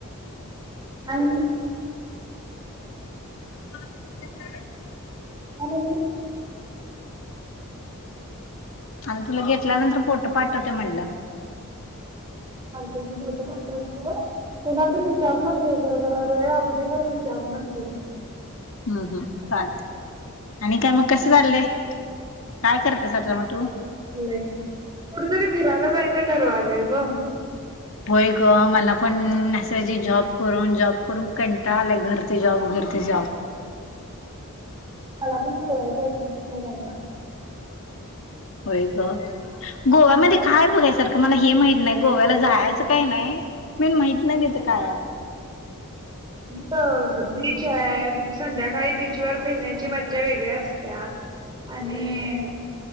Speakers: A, on the right; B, on the left.
A: अंग
B: <unintelligible>
A: आ म्ह
B: आणि तुला घेतल्यानंतर पोट पाठवते म्हणलं
A: लते की होत पाता शिव कुणाला तर विचारूनच जर जरा वेळ अगोदी घर विचारणच घे <unintelligible>
B: हम् हम् चालत आणि काय मग कसं चाललंय काय करते सटरमटू
A: य कुठेतरी फिरायला जायचं ठरवालंय ग <unintelligible>
B: होय ग मला पण नायचे जॉब करून जॉब करून कंटा आलाय घर ते जॉब घर ते जॉब
A: मला पण गुरवारी जायची इच्छा झाली <unintelligible>
B: होय का <unintelligible> गोव्यामध्ये काय बघायसारखं मला हे माहित नाही गोव्याला जायचं काही नाही मेन माहित नाही तिथं काय आय.
A: ब बीच हाय संध्याकाळी बीचवर फिरण्याची मज्जा वेगळ्या असत्या. आणि